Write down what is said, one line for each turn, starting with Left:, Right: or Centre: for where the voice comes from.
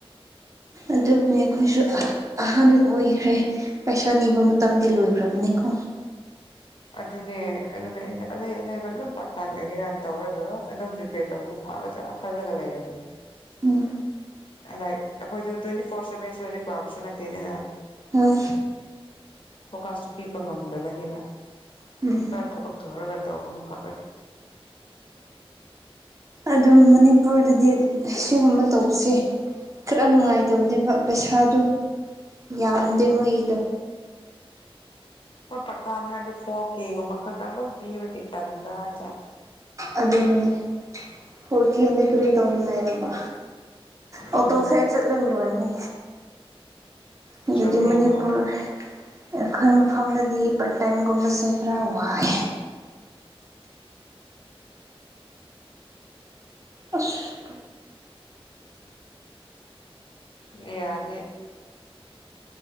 Right: ꯑꯗꯨꯕꯨꯅꯤ ꯑꯩꯈꯣꯏꯁꯨ ꯑꯍꯟ ꯑꯣꯏꯈ꯭ꯔꯦ ꯄꯩꯁꯥ ꯅꯤꯕ ꯃꯇꯝꯗꯤ ꯂꯣꯏꯈ꯭ꯔꯕꯅꯤꯀꯣ
Left: ꯑꯗꯨꯅꯦ ꯑꯗꯨꯅꯦ ꯑꯩꯅ ꯑꯂꯩ ꯑꯂꯩꯕ ꯑꯗꯨꯝ ꯄꯥꯔꯠ ꯇꯥꯏꯝ ꯑꯦꯒꯦꯔꯥ ꯇꯧꯔꯒ ꯑꯗꯨꯝ ꯄ꯭ꯔꯤꯄꯦꯌꯔ ꯇꯧꯅ ꯐꯒ ꯆ ꯈꯜꯂ ꯈꯜꯂ ꯂꯩꯒꯅꯤ
Right: ꯎꯝ
Left: ꯑꯩꯈꯣꯏꯗ ꯇ꯭ꯋꯦꯟꯇꯤ ꯐꯣꯔ ꯁꯚꯦꯟꯁꯨꯂꯔꯤ ꯄꯥꯕꯁꯨ ꯅꯠꯇꯦꯗ
Right: ꯎꯝ
Left: ꯐꯣꯀꯥꯁꯁꯨꯨ ꯄꯤꯕ ꯉꯝꯗꯕꯅꯤꯅ
Right: ꯎꯝ
Left: ꯊꯕꯛꯇ ꯍꯔꯒ ꯇꯧꯕꯅ ꯐ
Right: ꯑꯗꯨꯝ ꯃꯅꯤꯄꯨꯔꯗꯗꯤ ꯁꯤꯒꯨꯝꯕ ꯇꯧꯕꯁꯦ ꯈꯔ ꯅꯨꯡꯉꯥꯏꯇꯕꯅꯦꯕ ꯄꯩꯁꯥꯗꯨꯣ ꯌꯥꯝꯗꯦ ꯃꯣꯏꯒꯤꯗꯣ
Left: ꯍꯣꯏ ꯄꯀꯥ ꯍꯥꯏꯔꯗꯤ ꯐꯣꯔ ꯀꯦꯒꯨꯝꯕ ꯈꯛꯇꯪ ꯑꯗꯨꯝ ꯄꯤꯕꯒꯤ ꯇꯟꯕ꯭ꯔ ꯍꯥꯏꯇꯥꯔꯦ
Right: ꯑꯗꯨꯅꯅꯦ ꯍꯣꯔꯀꯤꯦꯅ ꯀꯔꯤ ꯇꯧꯅꯤꯉꯥꯏꯔꯕ ꯑꯣꯇꯣ
Left: ꯎꯝ
Right: ꯐꯦꯔ ꯆꯠꯂꯒ ꯂꯣꯅꯤ ꯑꯗꯨꯗꯤ
Left: ꯆꯨꯝꯃꯦꯗꯣ
Right: ꯃꯅꯤꯄꯨꯔ ꯑꯩꯈꯣꯏ ꯃꯐꯝꯗꯗꯤ ꯄꯥꯔꯠ ꯇꯥꯏꯝꯒꯨꯝꯕꯁꯦ ꯈꯔ ꯋꯥꯏ ꯑꯁ
Left: ꯗꯦ ꯌꯥꯗꯦ